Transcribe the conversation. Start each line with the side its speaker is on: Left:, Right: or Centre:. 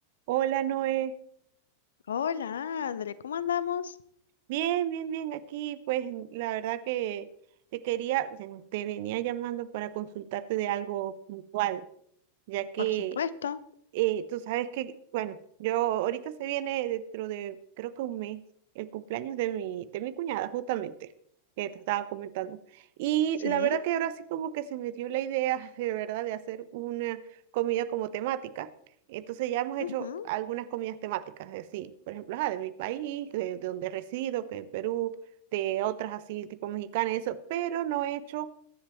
Right: Hola Noé,
Left: Hola, André, ¿cómo andamos?
Right: bien, bien, bien, aquí pues la verdad que te quería, bueno, te venía llamando para consultarte de algo puntual, ya que
Left: Por supuesto,
Right: Eh, tú sabes que, bueno, yo ahorita se viene dentro de, creo que un mes, el cumpleaños de mi, de mi cuñada, justamente, que te estaba comentando. Y
Left: sí.
Right: la verdad que ahora sí como que se me dio la idea, <laughs> de verdad, de hacer una comida como temática. Entonces ya hemos hecho
Left: ujú,
Right: algunas comidas temáticas, así, por ejemplo, ah de mi país, de, de donde resido, que en Perú, de otras así, tipo mexicana, eso, pero no he hecho